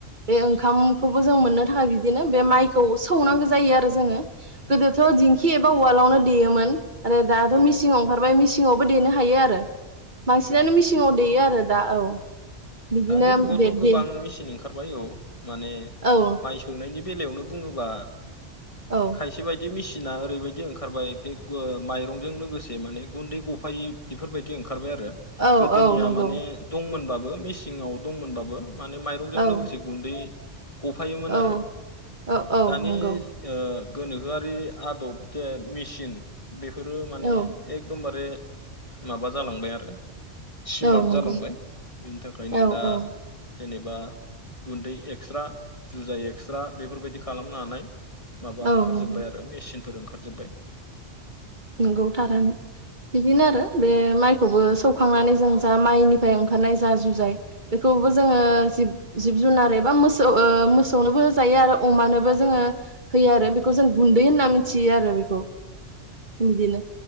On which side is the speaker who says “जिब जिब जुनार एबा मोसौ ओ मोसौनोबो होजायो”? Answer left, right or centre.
Right